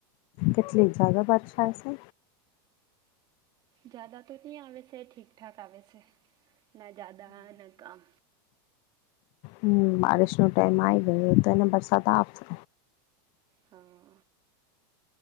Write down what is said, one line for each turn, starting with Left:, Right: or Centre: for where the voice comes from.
Left: કેટલી જદા બર્ષા છે.
Right: જદા તો નહી આવે છે ઠીકઠાક આવે છે ના જદા ના કામ.
Left: હમ્મ બારિશનો ટાઈમ આવી ગયો તો એને વરસાદ આવશે.
Right: હા.